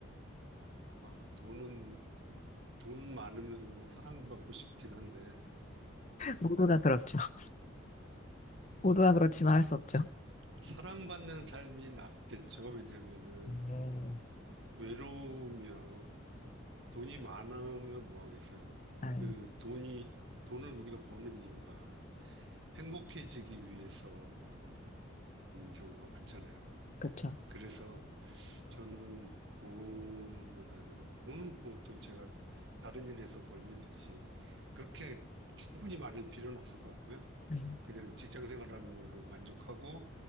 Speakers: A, on the right; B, on the left.
A: 아, 돈은, 돈 많으면서 사랑받고 싶긴 한데,
B: 모두 다 그렇죠. <laughs> 모두 다 그렇지만 할 수 없죠.
A: 사랑받는 삶이 낫겠죠. 왜냐면은,
B: 네.
A: 외로우면, 돈이 많으면 뭐 하겠어요?
B: 아,
A: 그 돈이, 돈을 우리가 버는 이유가 행복해지기 위해서인 경우가 많잖아요.
B: 그렇죠.
A: 그래서 저는 돈보다는, 돈은 뭐 또 제가 다른 일에서 벌면 되지, 그렇게 충분히 많을 필요는 없을 것 같고요.
B: 네.
A: 그냥 직장 생활하는 걸로 만족하고